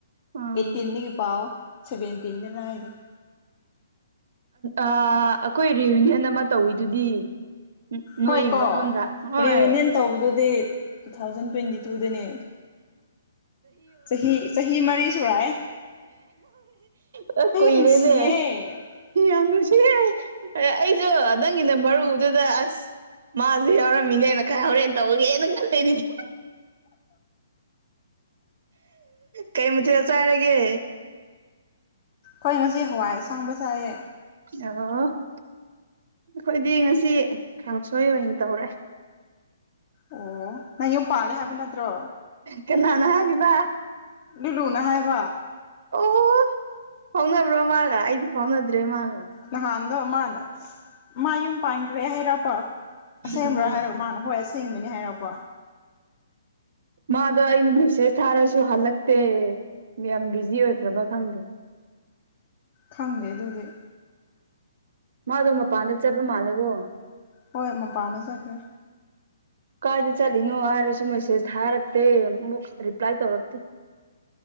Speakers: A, on the right; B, on the left.
A: ꯑꯪ
B: ꯑꯩꯠꯇꯤꯟꯗꯒꯤ ꯄꯥꯎꯑꯣ ꯁꯦꯚꯦꯟꯇꯤꯟꯗ ꯂꯥꯏꯔꯤ
A: ꯑꯩꯈꯣꯏ ꯔꯤꯌꯨꯅꯤꯌꯟ ꯑꯃ ꯇꯧꯋꯤꯗꯨꯗꯤ ꯎ ꯅꯣꯏ
B: ꯍꯣꯏ ꯀꯣ
A: ꯃꯐꯝꯗ ꯍꯣꯏ
B: ꯔꯤꯌꯨꯅꯤꯌꯟ ꯇꯧꯕꯗꯨꯗꯤ ꯇꯨ ꯊꯥꯎꯖꯟ ꯇ꯭ꯋꯦꯟꯇꯤ ꯇꯨꯗꯅꯦ ꯆꯍꯤ ꯆꯍꯤ ꯃꯔꯤ ꯁꯨꯔꯑ
A: ꯍ ꯀꯣꯏꯔꯦꯅꯦ
B: ꯅꯨꯡꯁꯤꯌꯦ ꯑꯩꯈꯣꯏ
A: ꯌꯥꯝ ꯅꯨꯡꯁꯤꯌꯦꯦ ꯑꯩꯁꯨ ꯅꯪꯒꯤꯅ ꯃꯔꯨꯗꯨꯗ ꯑꯁ ꯃꯥꯁꯨ ꯌꯥꯎꯔꯝꯃꯤꯅꯦꯅ ꯈꯔ ꯍꯣꯔꯦꯟ ꯇꯧꯒꯦꯅ ꯈꯟ ꯂꯩꯅꯤꯅꯦ ꯀꯩ ꯃꯊꯦꯜ ꯆꯥꯏꯔꯒꯦ
B: ꯑꯩꯣꯏꯅꯁꯦ ꯍꯋꯥꯏꯁꯥꯡꯕꯖꯥꯏꯌꯦ
A: ꯑꯣ ꯑꯩꯈꯣꯏꯗꯤ ꯉꯁꯤ ꯀꯥꯡꯁꯣꯏ ꯑꯣꯏꯅ ꯇꯧꯔꯦ
B: ꯑꯣ ꯅꯪ ꯌꯨꯝ ꯄꯥꯜꯂꯦ ꯍꯥꯏꯕ ꯅꯠꯇ꯭ꯔꯣ
A: ꯀꯅꯥꯅꯥ ꯍꯥꯏꯔꯤꯕ
B: ꯂꯤꯠꯂꯨꯅ ꯍꯥꯏꯕ
A: ꯑꯣ ꯐꯥꯎꯅꯕ꯭ꯔꯣ ꯃꯥꯒ ꯑꯩꯗꯤ ꯐꯥꯎꯅꯗ꯭ꯔꯦ ꯃꯥꯒ
B: ꯅꯍꯥꯟꯗꯣ ꯃꯥꯅ ꯃꯥ ꯌꯨꯝ ꯄꯥꯟꯈ꯭ꯔꯦ ꯍꯥꯏꯔꯛꯄ ꯑꯁꯦꯡꯕ꯭ꯔꯥ
A: ꯑꯣ
B: ꯍꯥꯏ <unintelligible> ꯍꯣꯏ ꯑꯁꯦꯡꯕꯅꯦ ꯍꯥꯏꯔꯛꯄ
A: ꯃꯥꯗꯣ ꯑꯩꯅ ꯃꯦꯁꯦꯁ ꯊꯥꯔꯁꯨ ꯍꯜꯂꯛꯇꯦ ꯌꯥꯝ ꯕꯤꯖꯤ ꯑꯣꯏꯈ꯭ꯔꯕ ꯈꯪꯗꯦ
B: ꯈꯪꯗꯦ ꯑꯗꯨꯗꯤ
A: ꯃꯥꯗꯣ ꯃꯄꯥꯟꯗ ꯆꯠꯄ ꯃꯥꯂꯦꯀꯣ
B: ꯍꯣꯏ ꯃ ꯄꯥꯟꯅꯖꯈ꯭ꯔꯦ
A: ꯀꯥꯏꯗ ꯆꯠꯂꯤꯅꯣ ꯍꯥꯏꯔꯁꯨ ꯃꯦꯁꯦꯁ ꯊꯥꯔꯛꯇꯦ ꯑꯃꯨꯛ ꯔꯤꯄ꯭ꯂꯥꯏ ꯇꯧꯔꯛꯇꯦ